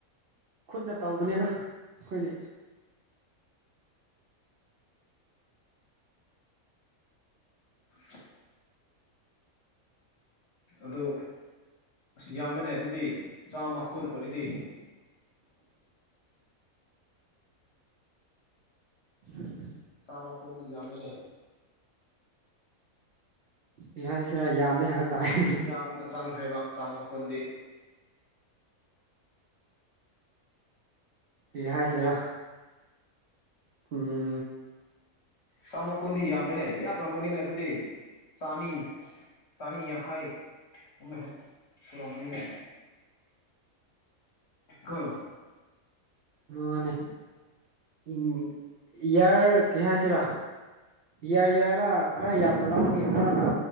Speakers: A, on the right; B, on the left.
A: ꯈꯨꯠꯅ ꯇꯧꯕꯅꯤꯗ ꯑꯩꯈꯣꯏꯗꯤ
B: <inaudible> ꯑꯗꯨ ꯑꯁ ꯌꯥꯝꯃꯦꯅꯦ ꯑꯗꯨꯗꯤ ꯆꯥꯝꯃ ꯀꯨꯟ ꯑꯣꯏꯔꯗꯤ
A: <inaudible>
B: ꯆꯥꯝꯃ ꯀꯨꯟꯗꯤ ꯌꯥꯝꯃꯦꯅꯦ
A: ꯀꯩ ꯍꯥꯏꯁꯤꯔ ꯌꯥꯝꯃꯦ ꯍꯥꯏꯕ ꯇꯥꯔꯦ
B: ꯌꯥꯝꯅ ꯆꯪꯈ꯭ꯔꯦꯕ ꯆꯥꯝꯃ ꯀꯨꯟꯗꯤ
A: ꯀ꯭ꯔꯤ ꯍꯥꯏꯁꯤꯔꯥ ꯎꯝ
B: ꯆꯥꯝꯃ ꯀꯨꯟꯗꯤ ꯌꯥꯝꯃꯦꯅꯦ ꯌꯥꯝꯔꯝꯒꯅꯤꯅꯦ ꯑꯗꯨꯗꯤ ꯆꯥꯅꯤ ꯆꯥꯅꯤ ꯌꯥꯡꯈꯩ ꯑꯝꯍꯦꯛ ꯁꯨꯔꯝꯒꯅꯤꯅꯦ ꯀꯣ
A: ꯃꯥꯅꯦ ꯎꯝ ꯌꯥꯔ ꯀꯩ ꯍꯥꯏꯁꯤꯔꯥ ꯌꯥꯏ ꯌꯥꯔꯥꯛ ꯈꯔ ꯌꯥꯝꯅ ꯂꯧꯒꯤ ꯈꯔꯅ